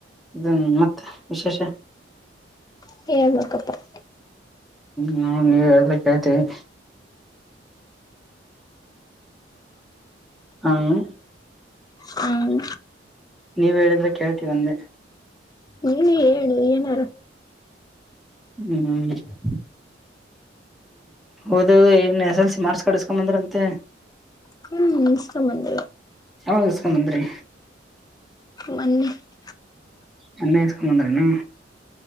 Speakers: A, in the centre; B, on the left (about 20°).
A: <unintelligible> ಮತ್ತ ವಿಶೇಷ
B: <inaudible>
A: ನೀವ್ ಹೆಳದಂಗ ಕೆಳ್ತಿವಿ ಹ್ಮ
B: ಹ್ಮ್
A: <unintelligible> ನೀವ್ ಹೇಳಿದ್ರೆ ಕೇಳ್ತೀವಿ ಅಂದೆ
B: ನೀನೇ ಹೇಳು ಏನಾರು
A: ಹ್ಮ್ <unintelligible> ಒದದು ಏನ್ S S L C marks card ಇಸ್ಕೊಂಡ ಬಂದ್ರಂತೆ.
B: ಹ್ಮ್ ಇಸ್ಕೊ ಬಂದೆ.
A: ಯಾವಾಗ ಇಸ್ಕೊಂಡ್ ಬಂದ್ರಿ
B: <unintelligible>
A: ಮೊನ್ನೆ ಇಸ್ಕೊಂಡ್ ಬಂದ್ರೇನು?